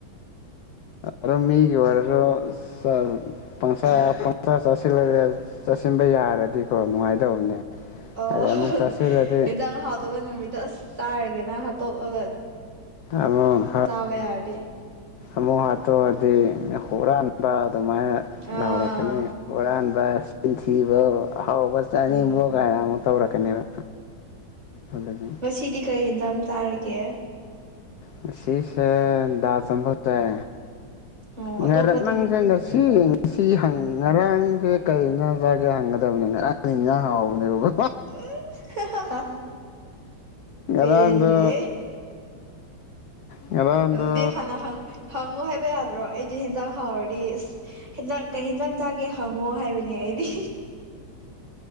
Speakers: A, on the left; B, on the right.
A: ꯑꯗꯣ ꯃꯤꯒꯤ ꯑꯣꯏꯔꯁꯨ <unintelligible> ꯄꯪꯆꯥ ꯄꯪꯆꯥ ꯆꯥꯁꯤꯟꯂꯒꯥ ꯆꯥꯁꯤꯟꯕ ꯌꯥꯔꯗꯤꯀꯣ ꯅꯨꯡꯉꯥꯏꯗꯧꯕꯅꯦ
B: ꯑꯣ
A: ꯑꯗ ꯑꯃꯨꯛ ꯆꯥꯁꯤꯜꯂꯗꯤ
B: ꯏꯟꯖꯥꯡ ꯍꯥꯎꯇꯕꯥ ꯅꯨꯃꯤꯠꯇ ꯑꯁ ꯆꯥꯔꯒꯦꯅ ꯍꯥꯠꯇꯣꯛꯂꯒ
A: ꯑꯃꯨꯛ
B: ꯆꯥꯕ ꯌꯥꯔꯗꯤ
A: ꯑꯃꯨꯛ ꯍꯥꯠꯇꯣꯛꯑꯗꯤ ꯍꯨꯔꯥꯟ ꯕ ꯑꯗꯨꯃꯥꯏꯅ
B: ꯑꯥ
A: ꯂꯥꯎꯔꯛꯀꯅꯤ ꯍꯨꯔꯥꯟꯕ ꯆꯤꯟꯊꯤꯕꯧ ꯑꯍꯥꯎꯕ ꯆꯥꯅꯤꯡꯕꯧ
B: ꯎꯝ
A: ꯀꯥꯏꯅ ꯑꯃꯨꯛ ꯇꯧꯔꯛꯀꯅꯦꯕ ꯑꯗꯨꯗꯤ
B: ꯁꯤꯗꯤ ꯀꯩ ꯍꯤꯟꯖꯥꯡ ꯆꯥꯔꯤꯛ ꯒꯦ
A: ꯉꯁꯤꯁꯦ ꯗꯥꯜ <unintelligible> ꯆꯥꯏ
B: ꯑꯣ
A: ꯅꯪꯁꯦ
B: ꯑꯇꯣꯞꯄꯗꯤ
A: ꯉꯁꯤ ꯑꯁꯤ ꯉꯔꯥꯡꯁꯦ ꯀꯔꯤꯅ ꯢꯟꯁꯥꯡ ꯆꯥꯒꯦ ꯍꯪꯒꯗꯕꯅꯦ ꯉꯔꯥꯡ ꯢꯟꯁꯥꯡ ꯍꯥꯎꯕꯅꯦꯕ꯫
B: ꯎꯝ ꯍꯥ-ꯍꯥ
A: ꯉꯔꯥꯡꯗꯣ
B: ꯄꯦꯜꯂꯦ
A: ꯉꯔꯥꯡꯗꯣ
B: ꯑꯗꯨꯗꯤ ꯍꯥꯟꯅ ꯍꯪꯉꯨ ꯍꯥꯏꯕ ꯌꯥꯗ꯭ꯔꯣ ꯑꯩꯗꯤ ꯍꯦꯟꯖꯥꯡ ꯍꯥꯎꯔꯗꯤ ꯍꯦꯟꯖꯥꯡ ꯀꯩ ꯍꯦꯟꯖꯥꯡ ꯆꯥꯒꯦ ꯍꯪꯉꯣ ꯍꯥꯏꯕꯅꯦ ꯑꯩꯗꯤ꯫